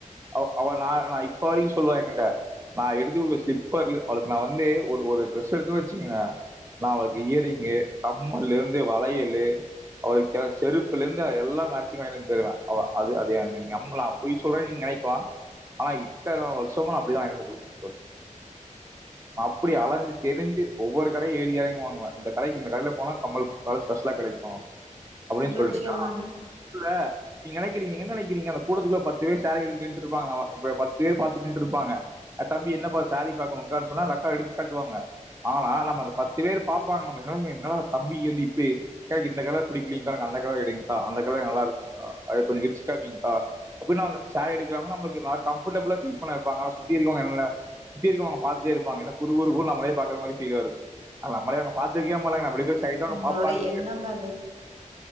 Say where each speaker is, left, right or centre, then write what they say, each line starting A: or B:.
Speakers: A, on the right (about 20°); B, on the right (about 50°).
A: அவ அவள் நா நா இப்ப வரைக்கு சொல்லுவா என்கிட்ட நா எடுத்துட்டு போய் ஸ்லிப்பர்ல அவளுக்கு நா வந்து ஒரு ஒரு ட்ரெஸ் எடுத்தனு வெச்சுக்கங்க நா அவளுக்கு இயர்ரிங்கு கம்மல்லிருந்து வளையலு அவளுக்கெல்லா செருப்புல இருந்து எல்லா மேட்சிங் வாங்கிட்டு வந்து தருவ அவ அது அது என் நம்பலா அப்படி சொல்ற நீங்க நினைக்கலா ஆனா இத்தன வருஷமா நா அப்படிதா வாங்கிட்டு வந்து குடுத்து அப்படி அலைஞ்சு திரிஞ்சு ஒவ்வொரு கடைய ஏறி இறங்கு வாங்குவ இந்த கடைக்கு இந்த கடையில போனா கம்மல் ப ஸ்பெஷலா கிடைக்கு அப்படின்னு
B: நல்ல
A: சொல்ட்டு
B: விஷயந்தாங்க
A: நா நம்பள நீங் நினைக்கிறீங்க நீங் என்ன நினைக்கிறீங்க அந்த கூட்டத்துக்குள்ள பத்து பேர் சாரி எடுத்துட்டு நின்னுட்டு இருப்பாருங்க வ ப பத்து பேர் பாத்துட்டு நின்னுட்டுருப்பாங்க அ தம்பி என்னப்பா சாரி பாக்கணுங்க்கானு சொன்னா அந்த அக்கா எடுத்து காட்டுவாங்க ஆனா நம்ம அந்த பத்து பேர் பாப்பாங்க நம்மல என்னடா என்ன டா தம்பி இது வந்து இப்ப கா இந்த கலர் பிடிக்கலங்க்கா எனக்கு அந்த கலர் எடுங்க்கா அந்த கலரே நல்லா இருக்குங்க்கா அத கொஞ்சோ விரிச்சுகாமிங்க்கா அப்படினா அந்த சாரி எடுக்கிறவங்க நம்மளுக்கு ந கம்ஃபர்டபிளா பீல் பண்ண வைப்பாங்க ஆனா சுத்தி இருக்கவங்க எல்லா சுத்தி இருக்கவங்க பாத்துட்டே இருப்பாங்க என்ன குறு குறு குறுனு நம்மலயே பாக்கிற மாரி பீல் வருது ஆனா நம்மலே அங்க பாக்க தெரியாமல்ல நம்ம எடுக்கிற சாரி தா அவங்க
B: உங்களோட
A: பாப்பாங்க
B: எண்ணங்க அது